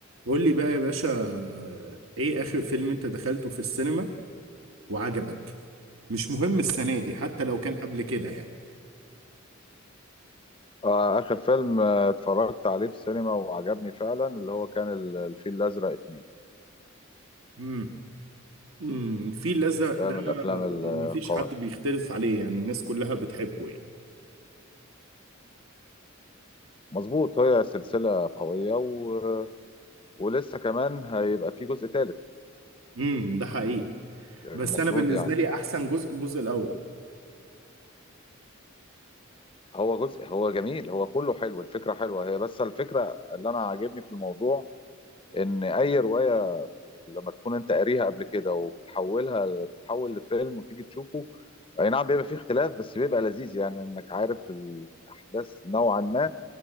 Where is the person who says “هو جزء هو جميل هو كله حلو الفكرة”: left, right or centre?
Left